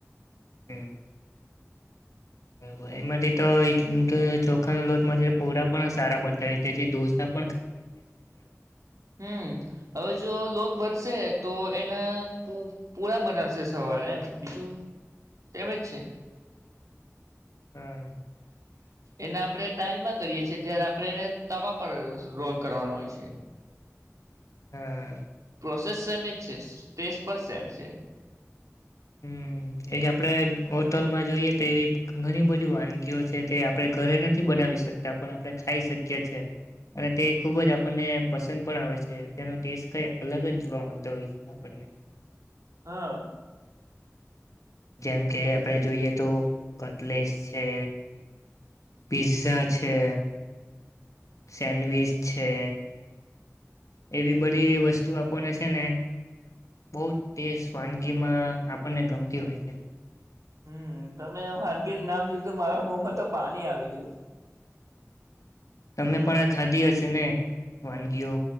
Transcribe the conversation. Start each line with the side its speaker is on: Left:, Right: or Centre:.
Left: હમ્મ. <unintelligible> એમાંથી તો ચોખાના લોટ થી પોળા પણ સારા બનતા તેથી ડોસા
Right: હમ્મ હવે જો લોટ બ બનશે તો એના પૂરા બનાવશે સવાર એમ બીજું એમજ છે.
Left: હમ્મ.
Right: એના આપણેે દાયમાં કરીએ છીએ. ત્યારે આપણેે એને તવા પર રોલ કરવાનો હોય છે.
Left: હા.
Right: પ્રોસેસ સેમ જ છે સ્ટેજ પણ સેમ છે.
Left: હમ્મ, એ આપણેે હોટલમાં જોઈએ તો એવી ઘણી બધી વાનગીઓ છે. તે આપણે ઘરે નથી બનાવી શકતા પણ આપણે ખાઈ શકીએ છીએ અને તે ખુબ જ આપણને પસંદ પણ આવે છે. તેનો ટેસ્ટ કઈ અલગ જ જોવા મળતો હોય છે આપણને.
Right: હા.
Left: જેમ કે આપણે જોઈએ તો કટલેસ છે, પિઝઝા છે સેન્ડવીચ છે એવી બધી વસ્તુ આપણને છે ને બહુ તેસ વાનગીમાં આપણને ગમતી હોય છે.
Right: હમ્મ, તમે વાનગીનું નામ લીધું મારા મોમાં તો પાણી આવી ગયું.
Left: તમે પણ આ ખાધી હશે ને વાનગીઓ